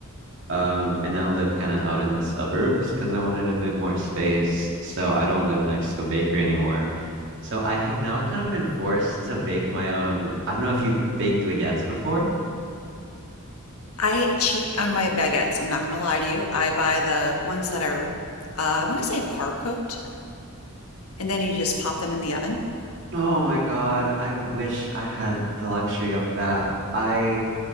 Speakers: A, on the right; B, on the left.
A: Um, I now live kind of out in the suburbs because I wanted a bit more space, so I don't live next to a bakery anymore. So I have now kind of been forced to bake my own. I don't know if you've baked baguettes before.
B: I cheat on my baguettes. I'm not gonna lie to you. I buy the ones that are, uh, I want to say par cooked, and then you just pop them in the oven.
A: Oh my God, I wish I had the luxury of that. I